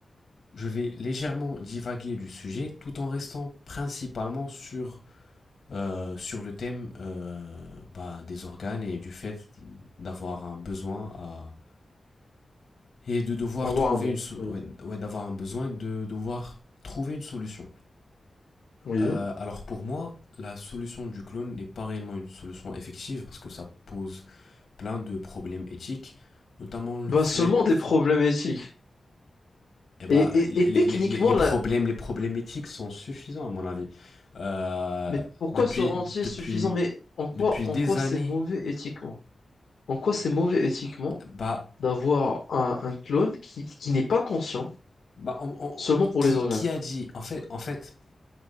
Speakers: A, on the left; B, on the left.
A: Je vais légèrement divaguer du sujet tout en restant principalement sur, euh, sur le thème euh, bah, des organes et du fait d'avoir un besoin à... et de devoir
B: Avoir
A: trouver
B: un don,
A: une so-
B: oui.
A: ouais, ouais, d'avoir un besoin de devoir trouver une solution.
B: Oui.
A: Euh, alors pour moi, la solution du clone n'est pas réellement une solution effective parce que ça pose plein de problèmes éthiques, notamment le
B: Ben
A: fait
B: seulement des problèmes éthiques.
A: eh ben,
B: Et, et,
A: les,
B: et techniquement,
A: les, les, les
B: là,
A: problèmes, les problématiques sont suffisants à mon avis. Euh,
B: mais pourquoi
A: depuis,
B: se rentier
A: depuis,
B: suffisant? Mais en quoi,
A: depuis
B: en
A: des
B: quoi
A: années,
B: c'est mauvais éthiquement? En quoi c'est mauvais éthiquement
A: bah,
B: d'avoir un, un clone qui, qui n'est pas conscient
A: bah, on- on-
B: seulement pour
A: qui,
B: les organes?
A: qui a dit en fait, en fait,